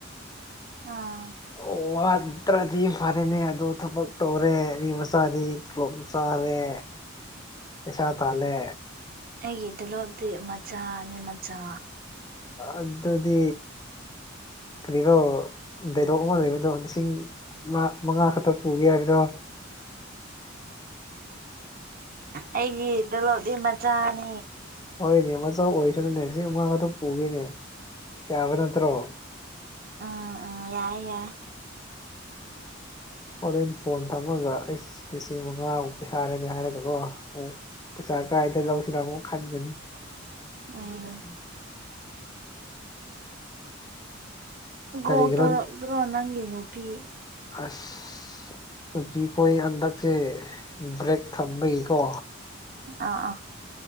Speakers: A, on the right (about 45°); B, on the left (about 20°).
A: ꯑꯥ
B: ꯑꯣ ꯋꯥꯗ꯭ꯔꯗꯤ ꯐꯔꯦꯅꯦ ꯑꯗꯣ ꯊꯕꯛ ꯇꯧꯣꯔꯦ ꯅꯤ ꯃꯁꯥꯅꯤ ꯀ꯭ꯂꯣꯝꯁꯥꯔꯦ ꯄꯩꯁꯥ ꯇꯥꯂꯦ
A: ꯑꯩꯒꯤ ꯇꯤꯂꯣꯞꯇꯤ ꯃꯆꯥꯅꯤ ꯃꯆꯥ
B: ꯑꯗꯨꯗꯤ ꯀꯔꯣ ꯗꯥꯏꯂꯣꯛ ꯑꯃ ꯂꯩꯕꯗꯣ ꯂꯤꯁꯤꯡ ꯃꯉꯥ ꯈꯛꯇ ꯄꯨꯒꯦ ꯍꯥꯏꯕꯗꯣ
A: ꯑꯩꯒꯤ ꯇꯂꯣꯗꯤ ꯃꯆꯥꯅꯤ
B: ꯍꯣꯏꯅꯦ ꯃꯆꯥ ꯑꯣꯏꯁꯅꯨꯅꯦ ꯁꯤ ꯃꯥ ꯑꯗꯨꯝ ꯄꯨꯒꯤꯅꯦ ꯌꯥꯕ ꯅꯠꯇ꯭ꯔꯣ
A: ꯎꯝ ꯎꯝ ꯌꯥꯏ ꯌꯥꯏ
B: ꯍꯣꯔꯦꯟ ꯐꯣꯟ ꯊꯝꯃꯒ ꯍꯥꯏꯁ ꯂꯤꯁꯤꯡ ꯃꯉꯥꯕꯨ ꯄꯩꯁꯥꯔꯅꯦ ꯍꯥꯏꯔꯒꯀꯣ ꯑꯃꯨꯛ ꯄꯩꯁꯥ ꯀꯥꯏꯗ ꯂꯧꯁꯤꯔ ꯑꯃꯨꯛ ꯈꯟꯒꯅꯤ
A: ꯎꯝ ꯒꯣꯜ
B: ꯀꯔꯤꯒꯤꯔꯣ
A: ꯇꯧꯔꯛꯇ꯭ꯔꯣ ꯅꯪꯒꯤ ꯅꯨꯄꯤ
B: ꯑꯁ ꯇꯨꯄꯤꯈꯣꯏ ꯍꯟꯗꯛꯁꯦ ꯕ꯭ꯔꯦꯛ ꯊꯝꯕꯒꯤꯀꯣ
A: ꯑ ꯑ